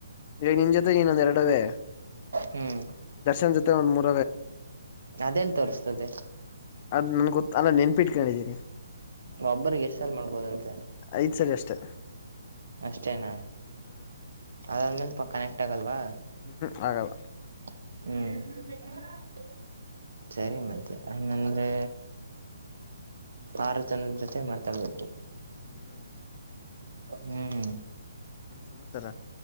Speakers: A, on the left; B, on the right.
A: ಈಗ ನಿನ್ ಜೊತೆ ಇನ್ನೊಂದ್ ಎರಡವೇ
B: ಹ್ಮ್
A: <unintelligible> <unintelligible>
B: ಅದೆಲ್ ತೋರ್್ತದೆ
A: ಅದು ನನ್ ಗೊತ್ತ ಅಲ್ಲ ನಿನ್ ಿಟ್ಿದ್ದೀನಿ
B: ಒಬ್ಬರಿಗೆ ಎಷ್ಟ್ ಸಲ್ ಮಾಡ್ಬೋದಂತೆ
A: ಐದ ಸರಿ ಅಷ್ಟೇ
B: ಅಷ್ಟೇನಾ
A: ಹ್ಮ್
B: ಅದಾದ್ಮೇಲೆ ಕನೆಕ್ಟ್ ಆಗಲ್ವಾ
A: ಹ್ಮ್ ಹ್ಮ್ ಆಗಲ್ಲ
B: ಹ್ಮ್
A: ಹ <unintelligible>
B: ಸರಿ ಮತ್ತೆ ಂಗಂದ್ರೆ ಆರು ಜನರ ಜೊತೆ ಮಾತಾಡ್ಬೇಕು
A: ಹ್ಮ್
B: ಹ್ಮ್
A: ಹ್ಮ ಏನ್ ಸಮಾಚಾರ